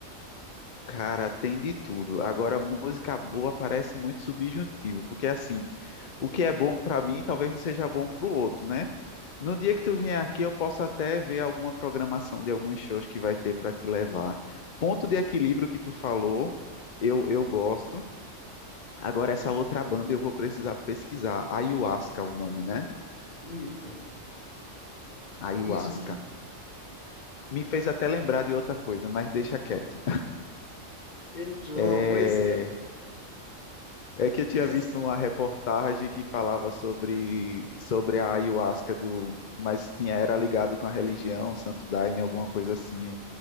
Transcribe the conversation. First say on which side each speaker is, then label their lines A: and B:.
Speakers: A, on the left; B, on the left.
A: Cara, tem de tudo. Agora, música boa parece muito subjuntivo, porque assim, o que é bom para mim talvez não seja bom para o outro, né? No dia que tu vier aqui, eu posso até ver alguma programação de alguns shows que vai ter para te levar. Ponto de equilíbrio que tu falou, eu, eu gosto. Agora, essa outra banda eu vou precisar pesquisar. Ayahuasca, é o nome, né?
B: Isso,
A: Ayahuasca.
B: isso,
A: Me fez até lembrar de outra coisa, mas deixa quieto.
B: Ei, João,
A: É,
B: pois é.
A: é que eu tinha
B: Essa
A: visto uma reportagem que falava sobre, sobre a ayahuasca do, mas tinha era ligado com a religião, Santo Daime, alguma coisa assim.